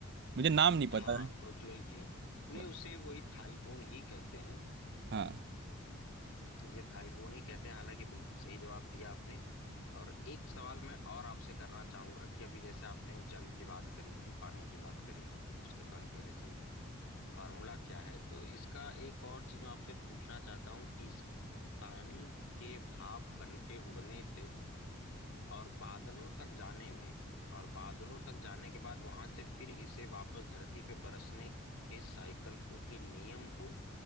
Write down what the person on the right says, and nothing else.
मुझे नाम नहीं पता
है
ब-
हाँ